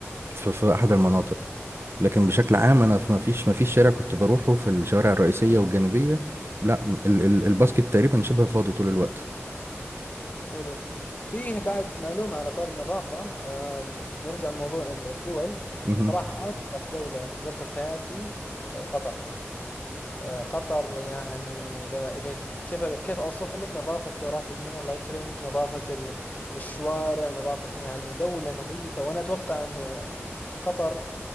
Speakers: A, on the right (about 60°); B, on the left (about 35°).
A: في في احد المناطق لكن بشكل عام انا في ما فيش ما فيش شارع كنت بروحه في الشوارع الرئيسية والجانبية لا ال ال الباسكت تقريبا شبه فاضي طول الوقت
B: حلو فيه بعد معلومة على طار النظافة آه نرجع لموضوع الدول
A: مهم.
B: صراحة أنظف دولة زرتها في حياتي آه قطر آه قطر يعني إذا إذا كيف كيف أوصف لك نظافة دورات المياه الله يكرمك نظافة ال- الشوارع نظافة يعني دولة نظيفة وأنا أتوقع أن آه، قطر